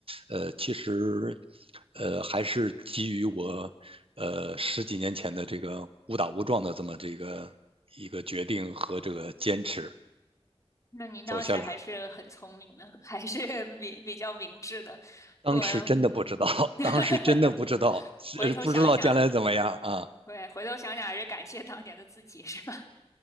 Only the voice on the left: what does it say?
那您当时还是很聪明的，
还是比比较明智的。
如果嗯。
<laughs>
回头想想，
对，回头想想还是感谢当年的自己，是吧？